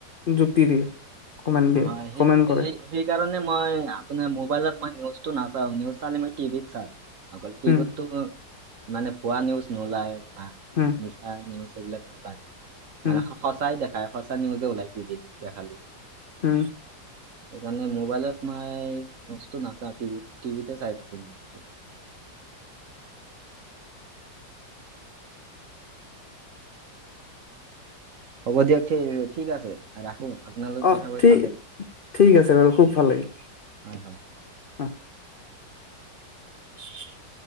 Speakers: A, on the left (about 75°); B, on the right (about 55°).
A: যুক্তি দিয়ে কমেণ্ট
B: হয়,
A: দিয়ে
B: সেই
A: কমেণ্ট কৰে।
B: সেই কাৰণে মই আপোনাৰ মোবাইলত মই নিউজটো নাচাওঁ নিউজ চালে মই টিভিত চাওঁ। অকল টিভিততো
A: উম
B: মানে পোৱা নিউজ নোলায়।
A: হয়
B: মচা নিউজ এইবিলাক নোলায় মানে
A: উম
B: সঁচাই দেখায় সঁচা নিউজে ওলায় টিভিত দেখালে
A: উম
B: সেইকাৰণে মোবাইলত মই নিউজটো নাচাওঁ টিভি টিভিতে চাই থাকো নিজটো হ'ব দিয়ক ঠিক আছে। ৰাখোঁ আপোনালোক
A: অ
B: কথা কৈ
A: ঠিক
B: ভাল লাগে
A: ঠিক আছে বাৰু খুব ভাল লাগিল
B: হয় হয়।
A: অ <inaudible>